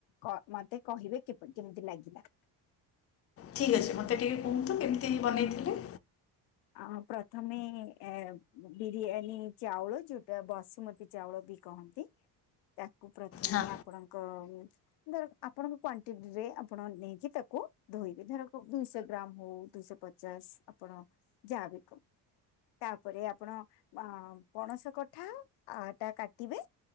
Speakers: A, on the left; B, on the left.
A: କ ମତେ କହିବେ କିପ୍ କେମିତି ଲାଗିଲା?
B: ଠିକ୍ ଅଛି ମୋତେ ଟିକେ କୁହନ୍ତୁ କେମିତି ବନେଇଥିଲେ?
A: ଆ ପ୍ରଥମେ ଏ ବିରିୟାନୀ ଚାଉଳ ଯୋଉଟା ବସୁମତୀ ଚାଉଳ ବି କହନ୍ତି ତାକୁ ପ୍ରଥମେ
B: ହଁ
A: ଆପଣଙ୍କ ଧର ଆପଣଙ୍କ କ୍ୱାଣ୍ଟିଟିରେ ଆପଣ ନେଇକି ତାକୁ ଧୋଇବେ ଧରକ ଦୁଇଶହ ଗ୍ରାମ ହଉ ଦୁଇଶହ ପଚ ଚାଶ୍ ଆପଣ ଜାହାବି କ୍ ତାପରେ ଆପଣ ଆ ପଣସ କଠାଟା କାଟିବେ।